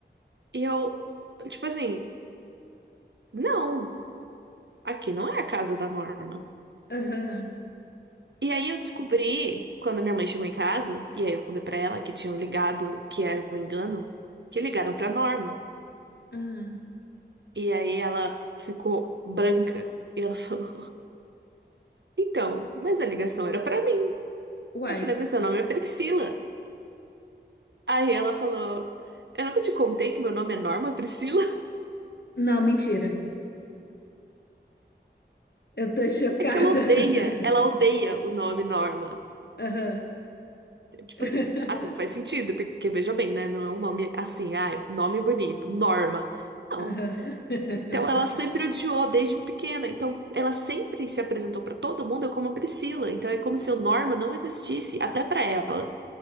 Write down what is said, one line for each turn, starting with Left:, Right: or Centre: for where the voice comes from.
Right: E eu, tipo assim, não, aqui não é a casa da norma.
Left: aham,
Right: E aí eu descobri, quando a minha mãe chegou em casa, e aí eu contei pra ela que tinham ligado, que era um engano, que ligaram pra norma.
Left: ah.
Right: E aí ela ficou branca e ela <laughs> falou, então, mas a ligação era pra mim.
Left: Uai,
Right: Eu falei, mas seu nome é Priscila. Aí ela falou: Eu nunca te contei que meu nome é Norma Priscila? <laughs>
Left: não, mentira. Eu tô chocada.
Right: É que ela odeia,
Left: <laughs>
Right: ela odeia o nome Norma.
Left: Aham,
Right: Tipo
Left: <laughs>
Right: assim, até faz sentido, porque veja bem, né? Não é um nome assim, ah, nome bonito, Norma. Não.
Left: aham, <laughs>
Right: Então ela sempre odiou desde pequena. Então ela sempre se apresentou pra todo mundo como Priscila. Então é como se o Norma não existisse, até pra ela.